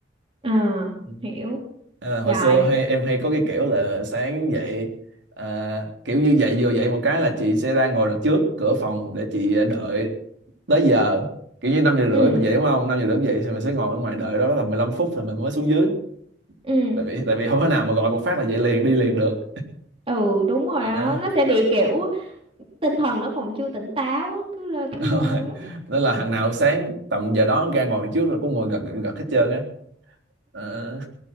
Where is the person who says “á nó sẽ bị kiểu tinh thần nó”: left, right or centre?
Right